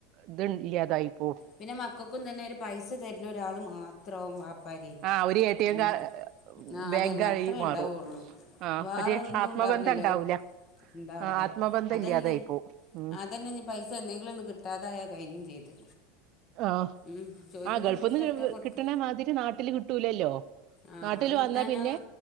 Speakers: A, on the right (about 40°); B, on the left (about 30°).
A: ഇത് ല്ല്യാ തായിപ്പോവും....
B: പിന്നെ മക്കക്കും തന്നെ ഒരു പൈസ തര്ന്ന ഒരാള് മാത്ര ഇത്രവും വാപ്പാരി
A: ആഹ് ഒരു എ ടി എം
B: ഉ
A: കാ
B: ആ
A: ബാങ്കായി
B: അതന്നെ അത്രേ
A: മാറും
B: ഉണ്ടാവഉ ള്ളൂ....
A: ആഹ്
B: വേറൊന്നും
A: ഒരു ആത്മബന്ധം
B: ഇണ്ടാവൂലല്ലോ.
A: ഉണ്ടാവൂല
B: ഇണ്ടാവൂല
A: ആഹ് ആത്മബന്ധം
B: അതെന്നെ
A: ഇല്ലാതായി പോവും ഉം
B: അതന്നെ പൈസ എന്തെങ്കിലും ഒന്ന് കിട്ടാതായൽ കഴിഞ്ഞും ചെയ്ത്....
A: ആഹ്
B: ഉം ചോദിക്കുമ്പോൾ
A: ആ ഗൾഫ്ന്ന്
B: പൈസ അറ്റം കൊടുക്ക
A: കിട്ട്ണമാതിരി നാട്ടില് കിട്ടൂലല്ലോ?
B: ആഹ്
A: നാട്ടില്
B: അത് കിട്ടാഞ്ഞാ
A: വന്നാ പിന്നെ